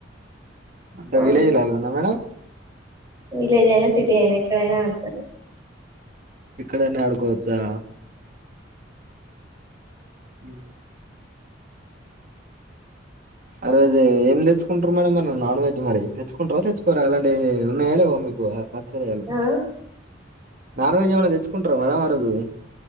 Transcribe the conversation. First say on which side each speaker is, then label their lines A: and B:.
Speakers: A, on the right (about 50°); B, on the right (about 20°).
A: అంటే
B: అవును
A: విలేజ్ లాగన మేడం
B: విలేజ్ అయినా సిటీ అయినా ఎక్కడైనా ఆడతారు
A: ఇక్కడైన ఆడుకోవచ్చా ఉహు అరేజె ఏం తెచ్చుకుంటారు మేడం మరి నాన్ వెజ్ మరి తెచ్చుకుంటారా తెచ్చుకోరా అలాంటి ఉన్నాయా లేవా మీకు ఆశ్చర్యాలు
B: ఆ
A: నాన్ వెజ్ ఏమైనా దెచ్చుకుంటారా మేడం ఆ రోజు